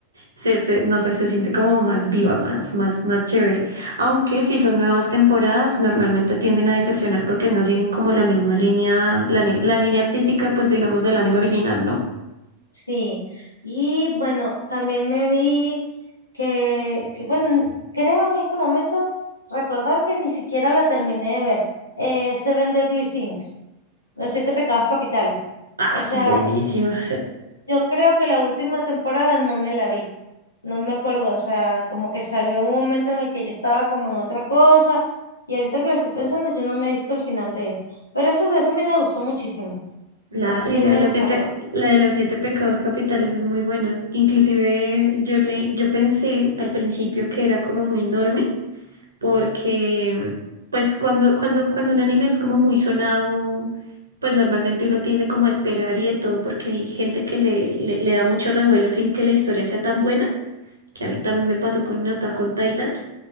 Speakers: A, on the right; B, on the left.
A: se, se- no sé, se siente como más viva, más, más, más chévere. Aunque si son nuevas temporadas, normalmente tienden a decepcionar porque no siguen como la misma línea, la, ni- la línea artística, pues digamos, del anime original, ¿no?
B: Sí, y bueno, también me vi que, que, bueno, creo en este momento recordar que ni siquiera la terminé de ver, eh, Seven Deadly Sins, Los Siete Pecados Capitales.
A: Ay,
B: O sea,
A: buenísima.
B: yo creo que la última temporada no me la vi, no me acuerdo, o sea, como que salió en un momento en el que yo estaba como en otra cosa, y ahorita que lo estoy pensando, yo no me he visto el final de esa. Pero esa, esa a mí me gustó muchísimo,
A: La,
B: esa serie
A: y la
B: a
A: de
B: mí
A: los
B: me encantó.
A: siete, la de los siete pecados capitales es muy buena. Inclusive yo le, yo pensé al principio que era como muy enorme porque pues cuando, cuando, cuando un anime es como muy sonado, pues normalmente uno tiende como a esperar y de todo, porque hay gente que le, le, le da mucho revuelo sin que la historia sea tan buena, que a mí también me pasó con Attack on Titan,